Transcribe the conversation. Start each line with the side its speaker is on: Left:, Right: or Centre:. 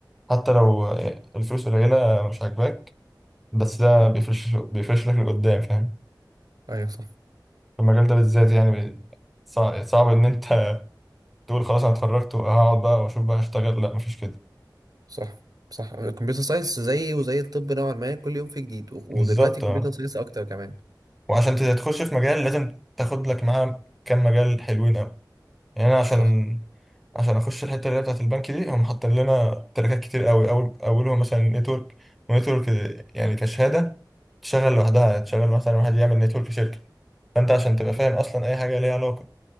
Centre: حتى لو آه، الفلوس قليله مش عاجباك بس ده
Right: آه.
Centre: بيفرش بيفرش لك لقدام فاهم
Right: ايوه صح
Centre: في المجال ده بالذات يعني صعب, صعب ان انت <laughs> تقول خلاص انا اتخرجت وهقعد بقى واشوف بقى اشتغل لا مفيش كده
Right: صح صح الكمبيوتر ساينس زي وزي الطب نوعا ما كل يوم فيه جديد و- ودلوقتي
Centre: بالظبط
Right: الكمبيوتر
Centre: اه
Right: ساينس اكتر كمان
Centre: وعشان تخش في مجال لازم تاخد لك معاه كام مجال حلوين قوي يعني انا عشان
Right: صح
Centre: عشان اخش الحته اللي هي بتاعت البنك دي هم حاطين لنا تراكات كتير قوي اول اولهم مثلا نتورك ونتورك يعني كشهاده تشغل لوحدها تشغل مثلا واحد يعمل نتورك شركه فانت عشان تبقى
Right: مهم.
Centre: فاهم اصلا اي حاجه ليها علاقه